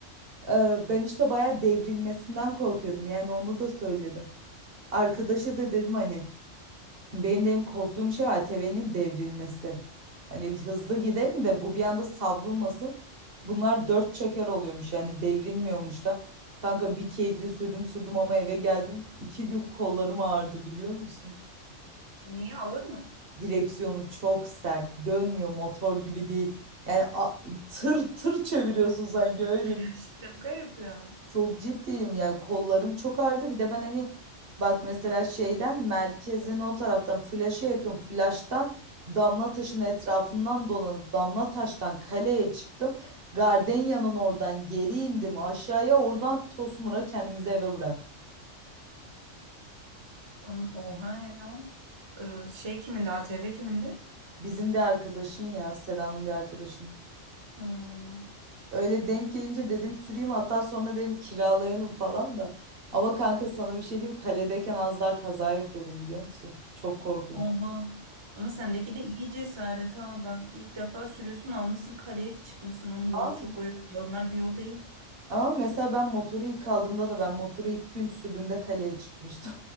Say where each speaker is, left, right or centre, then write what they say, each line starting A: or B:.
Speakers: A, on the right (about 55°); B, on the right (about 30°).
A: e, ben işte bayağı devrilmesinden korkuyordum yani onu da söyledim arkadaşa da dedim hani Benim de en korktuğum şey ATV'nin devrilmesi. Hani hızlı gidelim de bu bir anda savrulmasın. Bunlar dört çeker oluyormuş yani devrilmiyormuş da. Kanka bir keyifli sürdüm sürdüm ama eve geldim. iki gün kollarım ağrıdı biliyor musun?
B: Niye ağır mı?
A: Direksiyonu çok sert. Dönmüyor motor gibi değil. Yani a- tır tır çeviriyorsun sanki öyle.
B: <laughs> Şaka yapıyorum.
A: Çok ciddiyim yani kollarım çok ağrıdı. Bir de ben hani bak mesela şeyden merkezin o taraftan flaşa yakın flaştan damla taşın etrafından dolanıp damla taştan kaleye çıktım. Gardenya'nın oradan geri indim aşağıya oradan Tosmur'a kendimizi eve bıraktık.
B: Am- Oha ya. Ee, Şey kimindi? ATV kimindi?
A: Bizim bir arkadaşın ya Seda'nın bir arkadaşının.
B: Hmm.
A: Öyle denk gelince dedim süreyim hatta sonra dedim kiralayalım falan da. Ama kanka sana bir şey diyeyim kaledeyken az daha kaza yapıyordum biliyor musun? Çok korkunç.
B: Oha. Ama sendeki de iyi cesaret ha. Bak ilk defa sürüyorsun almışsın kaleye çıkmışsın. Onun yolu
A: Aa.
B: çok öyle normal bir yol değil.
A: Ama mesela ben motoru ilk aldığımda da ben motoru ilk gün sürdüğümde kaleye çıkmıştım.